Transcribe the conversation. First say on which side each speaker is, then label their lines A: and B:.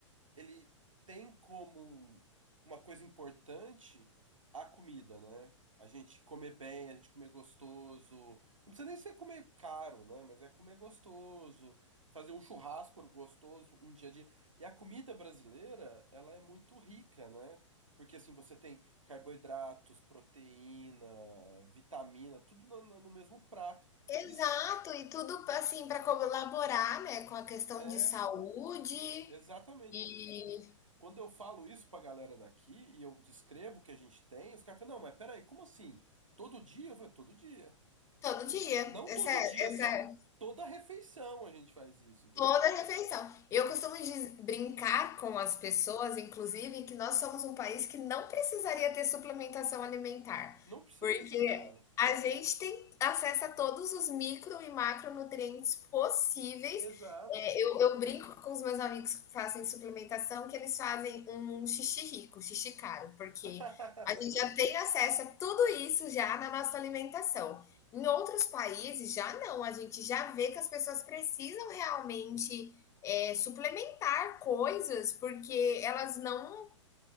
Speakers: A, on the right (about 80°); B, on the left (about 20°).
A: ele tem como um- uma coisa importante a comida, né? A gente comer bem, a gente comer gostoso. Não precisa nem ser comer caro, né? Mas é comer gostoso, fazer um churrasco gostoso, um dia a dia. E a comida brasileira, ela é muito rica, né? Porque assim, você tem carboidratos, proteína, vitamina, tudo no, no no mesmo prato.
B: Exato,
A: Isso
B: e tudo assim para colaborar, né, com a questão
A: é
B: de saúde
A: exatamente.
B: e
A: Quando eu falo isso pra galera daqui e eu descrevo o que a gente tem, os caras falam, não, mas peraí, como assim? Todo dia? Eu falei, todo dia.
B: todo
A: N-
B: dia.
A: Não
B: Essa,
A: todo
B: essa
A: dia só. Toda refeição a gente faz isso, entendeu?
B: Toda a refeição. Eu costumo diz- brincar com as pessoas, inclusive, que nós somos um país que não precisaria ter suplementação alimentar,
A: Não precisa,
B: porque
A: cara.
B: a gente tem acesso a todos os micro e macronutrientes possíveis.
A: Exato.
B: É, eu, eu brinco com os meus amigos que fazem suplementação que eles fazem um um xixi rico, xixi caro, porque
A: <laughs>
B: a gente já tem acesso a tudo isso já na nossa alimentação. Em outros países já não, a gente já vê que as pessoas precisam realmente é, suplementar coisas porque elas não